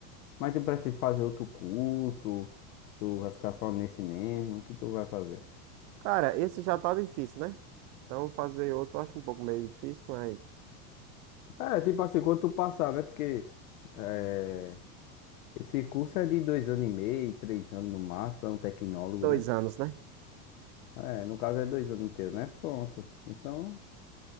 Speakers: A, on the left; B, on the right.
A: Mas tu pretende fazer outro curso? Tu vai ficar só nesse mesmo? O que tu vai fazer?
B: Cara, esse já tá difícil, né? Então fazer outro eu acho um pouco meio difícil, mas.
A: É, tipo assim, quando tu passar, né? Porque é, esse curso é de dois anos e meio, três anos no máximo, é um tecnólogo,
B: Dois
A: né?
B: anos, né?
A: É, no caso é dois anos teu, né? Pronto. Então,